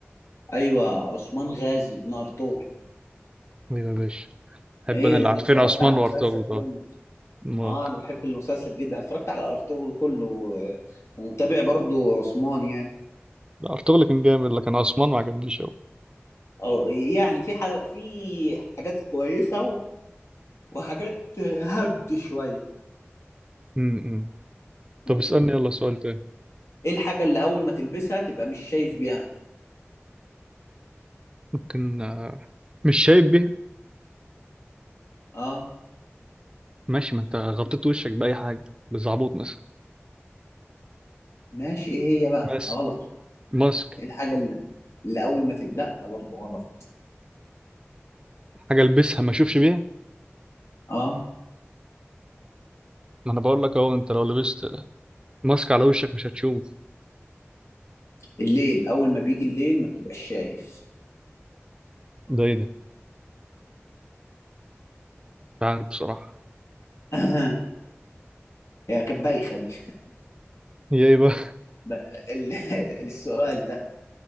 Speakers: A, on the left; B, on the right.
A: ايوه عثمان غازي بن ارطغرل
B: مين يا باشا؟ أحب
A: ايه
B: أنا اللي
A: ده انا
B: عارفين
A: اتفرجت
B: عثمان
A: على المسلسل
B: وأرطغرل
A: كله
B: ده ما
A: اه انا بحب المسلسل جدا اتفرجت على ارطغرل كله و- ومتابع برضو عثمان يعني
B: ده أرطغرل كان جامد لكن عثمان ما عجبنيش أوي
A: او يعني في حاجة في حاجات كويسة و- وحاجات هبد شوية
B: امم
A: مم.
B: طب اسألني يلا سؤال تاني
A: ايه الحاجة اللي اول ما تلبسها تبقى مش شايف بيها
B: ممكن آه، مش شايب بيه
A: اه
B: ماشي ما أنت غطيت وشك بأي حاجة بالزعبوط مثلا
A: ماشي ايه هي بقى
B: بس
A: غلط
B: ماسك
A: ايه الحاجة اللي, اللي اول ما تل... لا برضه غلط
B: حاجة البسها ما اشوفش بيها
A: اه
B: ما انا بقول لك اهو انت لو لبست ماسك على وشك مش هتشوف
A: الليل اول ما بيجي الليل ما بتبقاش شايف
B: ده ايه ده مش عارف بصراحة
A: <laughs> هي كانت بايخة دي
B: هي ايه بقى
A: ب... ال... <laughs> السؤال ده